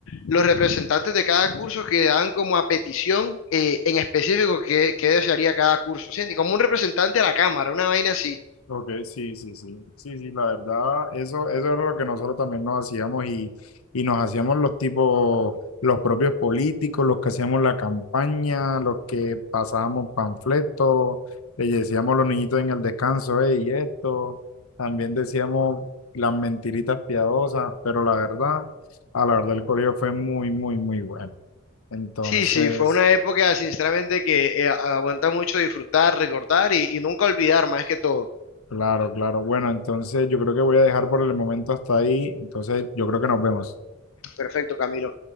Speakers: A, on the left; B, on the left.
A: los representantes de cada curso que daban como a petición eh, en específico qué, qué desearía cada curso, ¿sí? Y como un representante a la Cámara, una vaina así.
B: Ok, sí, sí, sí, sí, sí, la verdad, eso, eso era lo que nosotros también nos hacíamos y, y nos hacíamos los tipos, los propios políticos, los que hacíamos la campaña, los que pasábamos panfletos, le decíamos a los niñitos en el descanso, y esto, también decíamos las mentiritas piadosas, pero la verdad, a la verdad el colegio fue muy, muy, muy bueno. Entonces...
A: Sí, sí, fue una época sinceramente que eh, aguanta mucho disfrutar, recordar y, y nunca olvidar más que todo.
B: Claro, claro. Bueno, entonces yo creo que voy a dejar por el momento hasta ahí. Entonces yo creo que nos vemos.
A: Perfecto, Camilo.